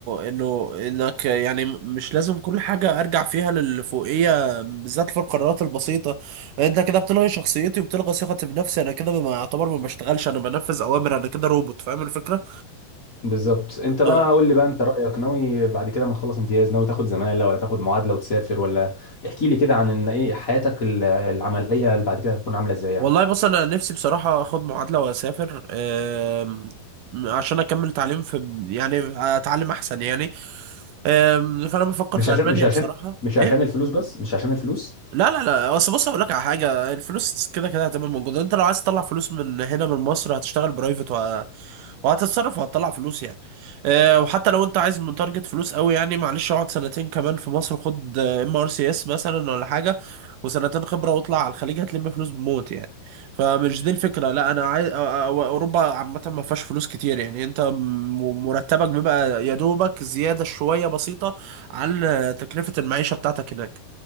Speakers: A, on the right; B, on the left.
A: انه انك يعني مش لازم كل حاجه ارجع فيها للفوقيه بالذات في القرارات البسيطه انت كده بتلغي شخصيتي وبتلغي ثقتي بنفسي انا كده ما يعتبر ما بشتغلش انا بنفذ اوامر انا كده روبوت فاهم الفكره؟
B: بالظبط انت بقى
A: اه
B: قول لي بقى انت رايك ناوي بعد كده ما تخلص امتياز ناوي تاخد زماله ولا تاخد معادله وتسافر ولا احكي لي كده عن ان ايه حياتك ال- العمليه اللي بعد كده هتكون عامله ازاي يعني
A: والله بص انا نفسي بصراحه اخد معادله واسافر آم، عشان اكمل تعليم في يعني اتعلم احسن يعني آم، فانا بفكر
B: مش
A: في
B: عشان
A: المانيا
B: مش عشان
A: بصراحه
B: مش
A: إيه؟
B: عشان الفلوس بس مش عشان الفلوس
A: لا لا لا اصل بص اقول لك على حاجه الفلوس كده كده هتبقى موجوده انت لو عايز تطلع فلوس من هنا من مصر هتشتغل برايفت وه... وهتتصرف وهتطلع فلوس يعني أه وحتى لو انت عايز من تارجت فلوس قوي يعني معلش اقعد سنتين كمان في مصر خد ام ار سي اس مثلا ولا حاجه وسنتين خبره واطلع على الخليج هتلم فلوس بموت يعني فمش دي الفكره لا انا عايز أ- أ- اوروبا عامه ما فيهاش فلوس كتير يعني انت م- مرتبك بيبقى يا دوبك زياده شويه بسيطه عن تكلفه المعيشه بتاعتك هناك